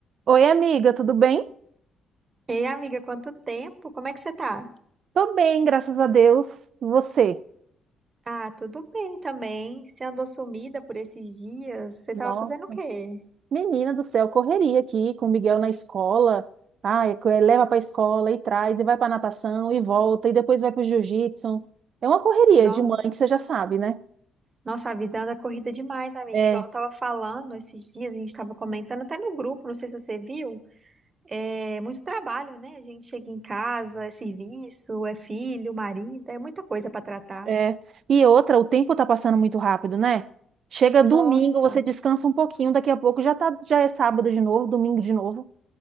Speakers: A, on the right; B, on the right.
A: Oi, amiga, tudo bem?
B: Ei, amiga, quanto tempo? Como é que você tá?
A: Tô bem, graças a Deus. E você?
B: Ah, tudo bem também. Você andou sumida por esses dias? Você
A: Nossa,
B: tava fazendo o quê?
A: menina do céu, correria aqui com o Miguel na escola. Ai, co- leva para a escola e traz, e vai para natação e volta, e depois vai para o jiu-jitsu. É uma correria
B: Nossa,
A: de mãe que você já sabe, né?
B: nossa, a vida anda corrida demais, amiga.
A: É,
B: Igual eu tava falando esses dias, a gente tava comentando até no grupo, não sei se você viu. É muito trabalho, né? A gente chega em casa, é serviço, é filho, marido, é muita coisa pra tratar.
A: é. E outra, o tempo tá passando muito rápido, né? Chega
B: Nossa.
A: domingo, você descansa um pouquinho, daqui a pouco já tá, já é sábado de novo, domingo de novo.